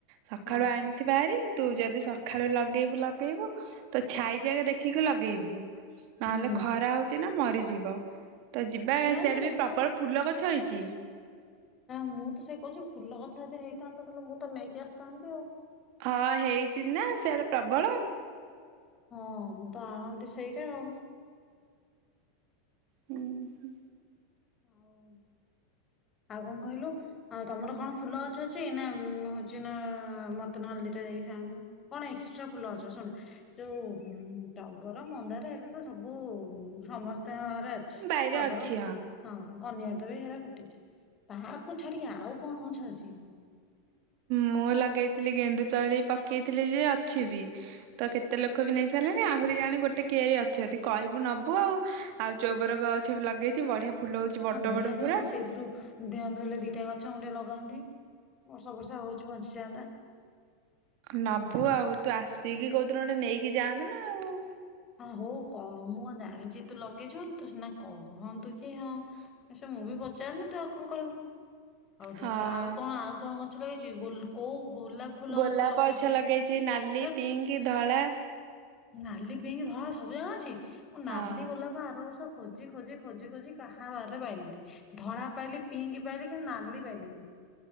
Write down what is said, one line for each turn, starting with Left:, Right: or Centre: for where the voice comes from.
Right: ସକାଳୁ
Left: ହଁ
Right: ଆଣିଥିବା ଆରେ। ତୁ ଯଦି ସକାଳୁ ଲଗେଇବୁ ଲଗେଇବୁ ତ ଛାଇ ଯକା ଦେଖିକି ଲଗେଇବୁ। ନହେଲେ
Left: ହୁଁ
Right: ଖରା ହଉଛି ନା ମ ଯିବା ତ ଯିବା
Left: ନାଇଁ
Right: ସେଆଡେ
Left: ନାଇଁ
Right: ବି ପ୍ରବଳ
Left: ତୁ
Right: ଫୁଲ ଗଛ ହେଇଛି। ଜି
Left: ମୁଁ ତ ସେ କହୁଛି ଫୁଲ ଗଛ ଯଦି ହେଇଥାନ୍ତା ତାହେଲେ ମୁଁ ତ ନେଇକି ଆସିଥାନ୍ତି ଆଉ।
Right: ହଁ ହେଇଚ ନା ସେଆଡେ ପ୍ରବଳ।
Left: ହଁ ମୁଁ ତ ଆଣନ୍ତି ସେଇରୋ ଆଉ।
Right: ହୁଁ ହୁଁ
Left: ହଉ ଆଉ କଣ କହିଲୁ ଆଉ ତମର କଣ ଫୁଲ ଅଛ ଅଛି ନା ହଉଛି ନା ମତେ ନହେଲେ ଦୀଟା ଦେଇଥାନ୍ତୁ। କଣ ଏକ୍ସଟ୍ରା ଫୁଲ ଅଛ ଶୁଣ ଯୋଉ ଟଗର ମନ୍ଦାର ଏରେ ତ ସବୁ ସମସ୍ତ ଅ
Right: ବାଇରେ
Left: ଟଗର
Right: ଅଛି
Left: ହଁ କନି ଦଦ ବି ହେରା ଫୁଟିଛି। ତାକୁ ଛାଡିକି ଆଉ କଣ ଗଛ ଅଛି?
Right: ମୁଁ ଲଗେଇଥିଲି ଗେଣ୍ଡୁ ତଳି ପକେଇଥିଲି ଯେ ଅଛି ବି ତ କେତେ ଲୋକ ବି ନେଇ ସାରିଲେଣି ଆହୁରି ଜାଣି ଗୋଟେ କିଆରି ଅଛିଛନ୍ତି କହିବୁ ନବୁ ଆଉ। ଆଉ ଚଉବର ଗଛ ବି ଲଗେଇଛି ବଢିଆ ଫୁଲ ହଉଛି
Left: ହଁ
Right: ବଡ
Left: ବଢିଆଛି
Right: ବଡ ପୁରା
Left: ମତେ ସେଇଥିରୁ ଦଅନ୍ତୁ ହେଲେ ଦିଟା ଗଛ ଗୋଟେ ଲଗାନ୍ତି। ବର୍ଷ ବର୍ଷା ହଉଛିୁ ବଞ୍ଚିଯାନ୍ତା।
Right: ନବୁ ଆଉ ତୁ ଆସିକି କହୁଉଥିଲୁ ଗୋଟେ ନେଇକି ଯାଆନ୍ତୁ ନା ଆଉ।
Left: ହଁ ହଉ ମୁଁ ଆଉ ଜାଣିଛି ତୁ ଲଗେଇଛୁ ବୋଲି ତୁ ସନା କହନ୍ତୁ କି ହଁ ସେ ମୁଁ ବି ପଚାରନି ତୁ ଆଉ କଣ କହିବୁ ହଉ ଦେଖିବା
Right: ହଁ
Left: ଆଉ କଣ ଆଉ କଣ କ ଆଛା ଲାଗିଛି ଗୋ କୋଉ ଗୋଲାପ ଫୁଲ
Right: ଗୋଲାପ
Left: ଲଗେଇଛୁ
Right: ଗଛ
Left: କହୁଥିଲୁ?
Right: ଲଗେଇଛି ନାଲି
Left: ଆରେ
Right: ପିଙ୍କ ଧଳା
Left: ନାଲି ପିଙ୍କି ଧଳା ସବୁ ଜାକ ଅଛି। ମୁଁ ନାଲି
Right: ହଁ।
Left: ଗୋଲାପ ଆର ବର୍ଷ ଖୋଜି ଖୋଜି ଖୋଜି ଖୋଜି କାହା ବାରିରେ ପାଇଲିି ଧଳା ପାଇଲି ପିଙ୍କ ପାଇଲି କିନ୍ତୁ ନାଲି ପାଇଲିନି।